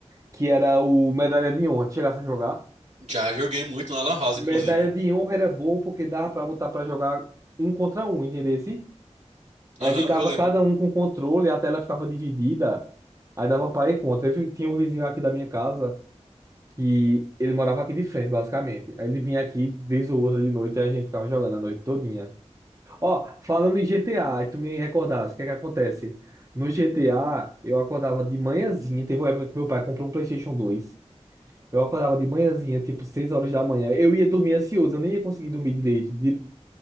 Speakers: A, on the right; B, on the right.
A: que era o Medalha de Honra, Tu chegasse a jogar.
B: Já joguei muito na Lan House,
A: Medalha
B: inclusive.
A: de Honra era bom porque dava pra botar pra jogar um contra um, entendesse?
B: Aham,
A: Aí ficava
B: eu lembro.
A: cada um com controle, a tela ficava dividida, aí dava pra ir contra. Eu fi- tinha um vizinho aqui da minha casa que ele morava aqui de frente, basicamente. Aí ele vinha aqui vez ou outra de noite e a gente ficava jogando a noite todinha. Ó, falando em GTA, aí tu me recordasse, o que é que acontece? No GTA, eu acordava de manhãzinha, teve uma época que meu pai comprou um PlayStation 2. Eu acordava de manhãzinha, tipo, seis horas da manhã. Eu ia dormir ansioso, eu nem ia conseguir dormir direito. De-